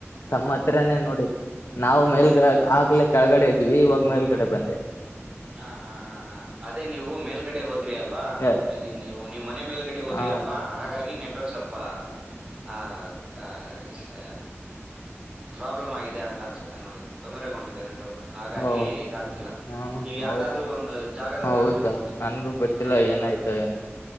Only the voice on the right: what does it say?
ಹಾ
ಹ ಹಾ ಹಾ ಹಾ ಅದೇ ನೀವು ಮೇಲ್ಗಡೆ ಹೋದ ಹೋದ್ರಿ ಅಲ್ವಾ
ಅಲ್ಲಿ ನೀವು ನೀವು ಮನೆ ಮೇಲ್ಗಡೆ ಹೋದ್ರಿ
ಅಲ್ವಾ ಹಾಗಾಗಿ ನೆ ಸ್ವಲ್ಪ. ಆ ಕಾ ಹ ಪ್ರಾಬ್ಲಮ್ ಆಗಿದೆ ಅಂತ ಅನ್ಸುತ್ತೆ ನೋಡಿ ತೊದರೆಗೊಂಡಿದ್ದೇನೆ. ನೆಟ್ವರ್ಕ್ ಹಾಗಾಗಿ
ಇದಾಗತಿಲ್ಲಾ
ನೀವ್ ಯಾವ್ದಾದ್ರು ಒಂದು ಜಾಗದ ಹತ್ರ
ಕುಳಿತ್ಕೊಳ್ಳಿ
ಸರಿಯಾಗಿ
ಬರತ್ತೆ